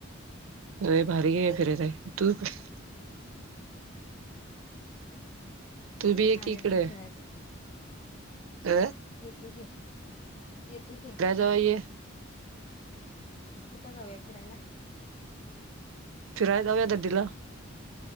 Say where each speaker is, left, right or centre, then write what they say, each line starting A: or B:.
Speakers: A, on the right; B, on the left.
A: होय भारी की फिरत आहे तू कस तू बी ये
B: आम्ही
A: की इकडे
B: पण फिरायचच की
A: अ
B: येतो की येतो की
A: जेवाय य
B: कुठे जाऊया फिरायला
A: फिरायला जाऊया दर्दीला